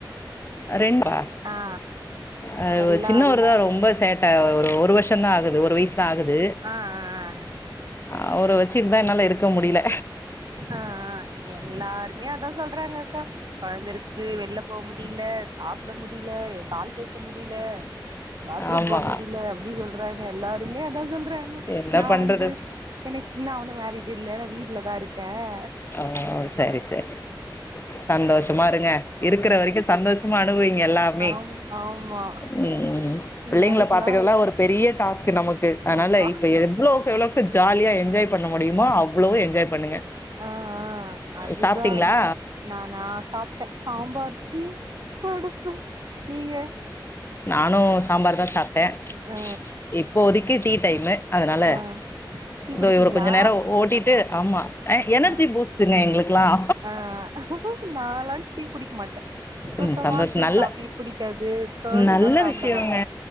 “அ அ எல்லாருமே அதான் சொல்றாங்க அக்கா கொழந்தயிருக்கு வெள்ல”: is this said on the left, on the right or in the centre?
Right